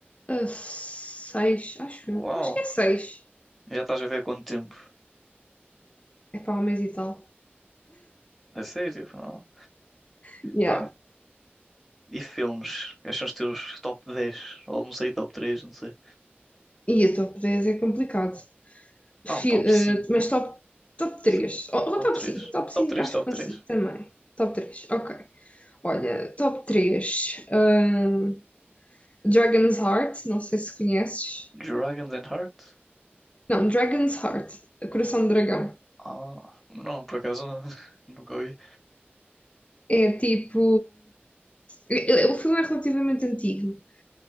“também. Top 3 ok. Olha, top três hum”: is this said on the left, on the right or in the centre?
Left